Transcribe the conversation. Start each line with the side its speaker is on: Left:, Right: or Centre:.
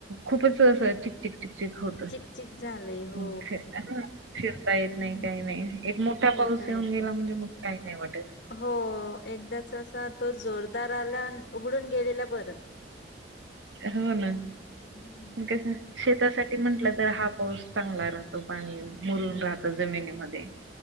Right: खूपच असं चिकचिक. चिकचक होत,
Left: चिकचिक झालंय हो
Right: म काय फिरता येत
Left: हम्म
Right: नाही काय नाही एक मोठा
Left: फिरता
Right: पाऊस येऊन
Left: येत
Right: गेला,
Left: नाही
Right: म्हणजे मग काही नाही वाटत
Left: हो एकदाच असा तो जोरदार आला अन उघडून गेलेला बरं
Right: हो ना
Left: हम्म.
Right: कस शेतासाठी म्हंटलं तर हा पाऊस चांगला राहतो पाणी मुरून राहत जमिनीमध्ये.